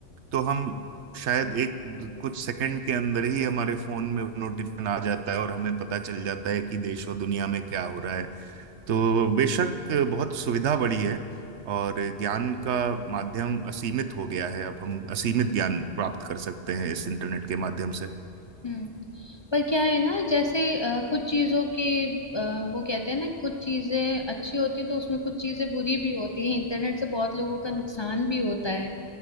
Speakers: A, on the right (about 80°); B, on the left (about 30°).
A: तो हम शायद एक कुछ सेकंड के अंदर ही हमारे फोन में नोटिफिकेशन आ जाता है और हमें पता चल जाता है कि देश और दुनिया में क्या हो रहा है तो बेशक बहुत सुविधा बढ़ी है और ज्ञान का माध्यम असीमित हो गया है अब हम असीमित ज्ञान प्राप्त कर सकते हैं इस इंटरनेट के माध्यम से
B: हम्म पर क्या है ना जैसे अ, कुछ चीजों के अ, वो कहते हैं ना कुछ चीजें अच्छी होती तो उसमें कुछ चीजें बुरी भी होती है इंटरनेट से बहुत लोगों का नुकसान भी होता है